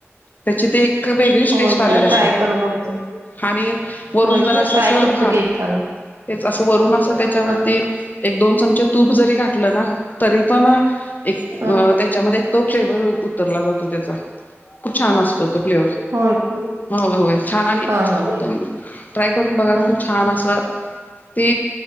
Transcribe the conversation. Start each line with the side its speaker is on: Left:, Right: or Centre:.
Left: त्याची ते एक वेगळीच
Right: होय
Left: टेस्ट आलेली
Right: का?
Left: असते
Right: ट्राय करून बघतो.
Left: आणि वरून
Right: होय
Left: जर
Right: का?
Left: असं
Right: ट्राय
Left: अस
Right: करतो
Left: हा
Right: की एकदा मी.
Left: तेच असं वरून असं त्याच्यावरती.
Right: हां,
Left: एक दोन चमचे तूप जरी घठलं ना तरी पण एक त्या..
Right: हां.
Left: त्याच्यामध्ये तो फ्लेवर उतरला जातो त्याचा खूप छान असतो तो फ्लेवर..
Right: हो का.
Left: हो होय छान नाही.
Right: हां, हां,
Left: त ट्राय करून बघा
Right: हां.
Left: खूप छान असं. ती